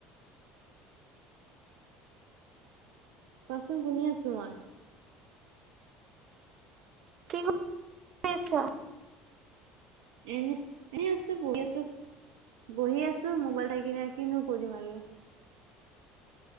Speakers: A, on the right (about 70°); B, on the right (about 45°).
A: কোৱাচোন শুনি আছো মই।
B: কি কৰি আছা?
A: এনে এ আছো বহি আছো। বহি আছো মোবাইল চাই কিনে কিনো কৰিম আৰু।